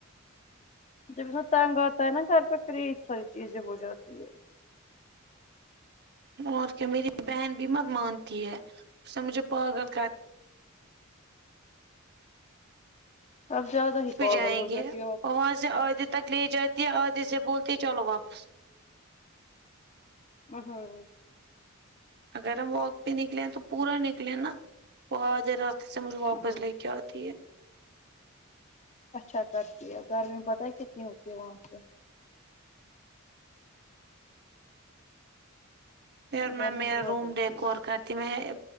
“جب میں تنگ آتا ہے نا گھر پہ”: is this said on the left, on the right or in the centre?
Left